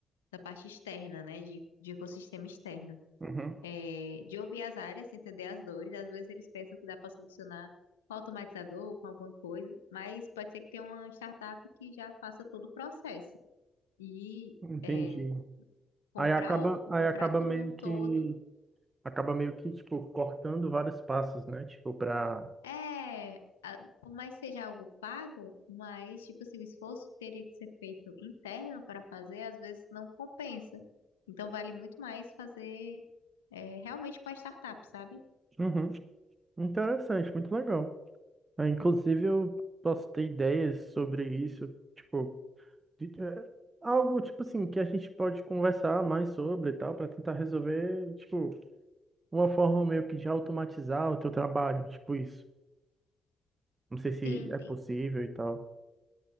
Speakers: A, on the left; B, on the right.
A: da parte externa, né? De, de ecossistema externo.
B: Uhum,
A: É, de ouvir as áreas, entender as dores. Às vezes eles pensam que dá para solucionar com automatizador ou com alguma coisa, mas pode ser que tenha uma startup que já faça todo o processo. E
B: entendi.
A: é, comprar,
B: Aí acaba,
A: o-
B: aí
A: comprar
B: acaba
A: como
B: meio
A: um todo
B: que, acaba meio que, tipo, cortando vários passos, né? Tipo, pra...
A: É, a- por mais que seja algo pago, mas, tipo assim, o esforço que teria que ser feito interno para fazer, às vezes não compensa. Então, vale muito mais fazer é, realmente com a startup, sabe?
B: Uhum, interessante, muito legal. Ah, inclusive, eu posso ter ideias sobre isso, tipo, de- é, algo tipo assim que a gente pode conversar mais sobre e tal, para tentar resolver, tipo, uma forma meio que de automatizar o teu trabalho, tipo isso. Não sei se
A: Sim,
B: é possível
A: sim.
B: e tal.